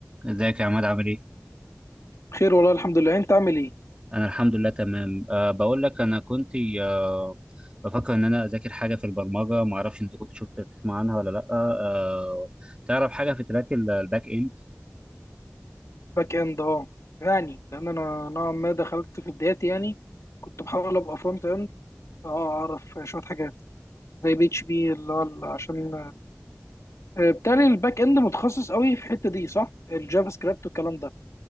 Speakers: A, on the right; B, on the left.
A: ازيك يا عماد عامل ايه؟
B: خير والله الحمد لله انت عامل ايه
A: انا الحمد لله تمام أه بقول لك انا كنت أه بفكر ان انا اذاكر حاجه في البرمجه ما اعرفش انت كنت شفت تسمع عنها ولا لا أه تعرف حاجه في تراك الباك اند
B: باك اند اه يعني لان انا نوعا ما دخلت في بداياتي يعني كنت بحاول ابقى فرونت اند اه اعرف شويه حاجات زي بي اتش بي اللي هو ال- عشان آه، بالتالي الباك اند متخصص قوي في الحته دي صح الجافا سكريبت والكلام ده